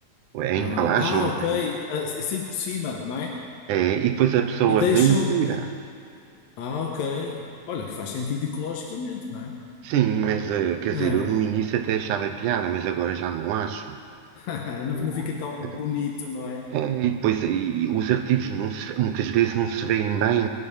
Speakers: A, on the right; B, on the left.
A: a
B: Ah,
A: embalagem
B: ah,
A: onde
B: ok.
A: vem,
B: Ah, e sim por cima, não é?
A: eh, e depois a pessoa
B: E deixam.
A: vem e tira.
B: Ah, ok. Olha, que faz sentido ecologicamente, não é?
A: Sim, mas eh, quer
B: É.
A: dizer, eu no início até achava piada, mas agora já não acho.
B: <laughs> Não,
A: O-
B: não fica tão bonito, não é?
A: É, e depois e- e os artigos não se- muitas vezes não se veem bem.